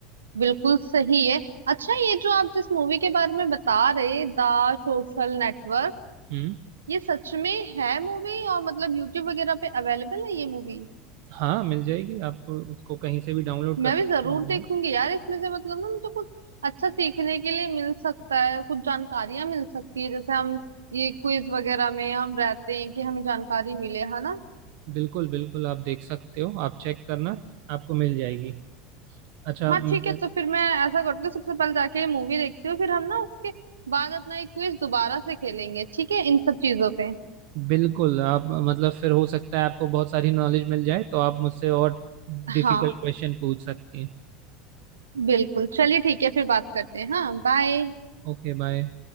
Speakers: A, on the right; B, on the right.
A: बिल्कुल सही है अच्छा ये जो आप जिस मूवी के बारे में बता रहे द सोशल नेटवर्क
B: हम्म।
A: ये सच में है मूवी और मतलब यूट्यूब वगैरह पे अवेलेबल है ये मूवी
B: हाँ मिल जाएगी आप उसको कहीं से भी डाउनलोड कर
A: मैं
B: सकते
A: भी जरूर
B: हो ऑनलाइन
A: देखूंगी यार इसमें से मतलब ना मुझे कुछ अच्छा सीखने के लिए मिल सकता है कुछ जानकारियां मिल सकती है जैसे हम ये क्विज वगैरह में हम रहते हैं कि हमें जानकारी मिले है ना
B: बिल्कुल बिल्कुल आप देख सकते हो आप चेक करना आपको मिल जाएगी अच्छा
A: हाँ
B: मैं-
A: ठीक है तो फिर मैं ऐसा करती हूँ सबसे पहले जाके ये मूवी देखती हूँ फिर हम ना उसके बाद अपना एक क्विज दोबारा से खेलेंगे ठीक है इन सब चीजों पे
B: बिल्कुल आप मतलब फिर हो सकता है आपको बहुत सारी नॉलेज मिल जाए तो आप मुझसे और डिफिकल्ट
A: हाँ
B: क्वेश्चन पूछ सकती हैं
A: बिल्कुल चलिए ठीक है फिर बात करते हैं हाँ बाय
B: Okay bye